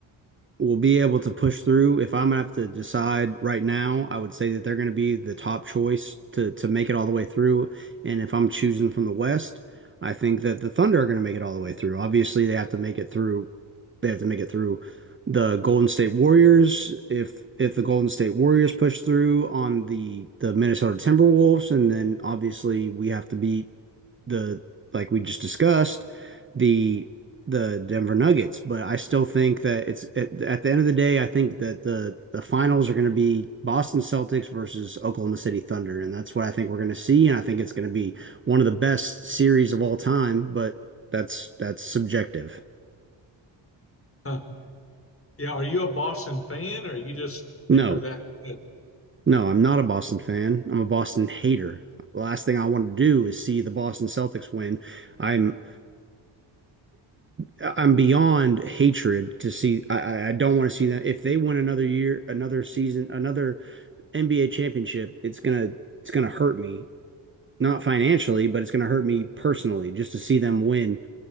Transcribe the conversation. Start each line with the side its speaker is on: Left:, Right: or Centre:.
Right: will be able to push through. If I'm gonna have to decide right now, I would say that they're gonna be the top choice to to make it all the way through. And if I'm choosing from the West, I think that the Thunder are gonna make it all the way through. Obviously, they have to make it through. They have to make it through the Golden State Warriors. If if the Golden State Warriors push through on the the Minnesota Timberwolves, and then obviously we have to beat the like we just discussed, the the Denver Nuggets. But I still think that it's at, at the end of the day, I think that the the finals are going to be Boston Celtics versus Oklahoma City Thunder, and that's what I think we're going to see. And I think it's going to be one of the best series of all time. But that's that's subjective.
Left: Huh. Yeah, are you a Boston fan or you just
Right: No,
Left: think they're that good?
Right: no, I'm not a Boston fan. I'm a Boston hater. The last thing I want to do is see the Boston Celtics win. I'm I'm beyond hatred to see. I, I- don't want to see them. If they win another year, another season, another NBA championship, it's gonna it's gonna hurt me. Not financially, but it's gonna hurt me personally just to see them win